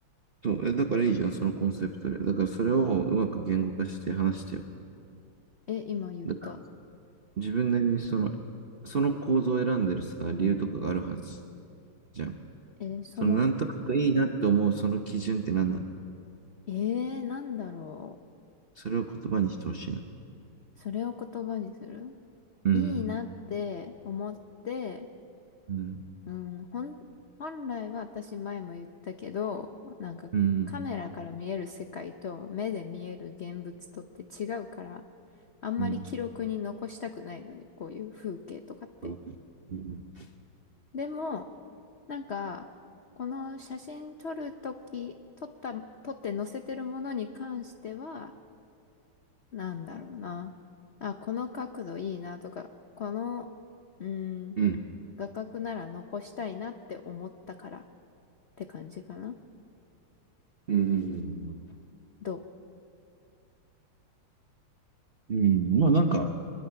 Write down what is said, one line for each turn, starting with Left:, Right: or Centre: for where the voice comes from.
Right: そう、え、だからいいじゃん、そのコンセプトで。だからそれをうまく言語化して話してよ。
Left: え、今言った。
Right: だから自分なりにその、その構造を選んでるさ、理由とかがあるはずじゃん。
Left: え、その、
Right: そのなんとなくいいなって思うその基準って何なの
Left: えー、なんだろ
Right: それを言葉にしてほしいな。
Left: う。それを言葉にする
Right: うん。
Left: いいなって思って、
Right: うん。
Left: うん、本本来は私前も言ったけど、なんかカメラから見える世界と目で見える現物とって違うから、
Right: うん。
Left: あんまり記録に残したくないのね、
Right: うん。
Left: こういう風景とかって。
Right: うん。う
Left: でも、なんか、この写真撮るとき、撮った、撮って載せてるものに関しては、なんだろうな。あ、この角度いいなとか、この、うーん、
Right: ん。
Left: 画角なら残したいなって思ったからって感じかな。
Right: うん。
Left: ど
Right: うん。まあなんか、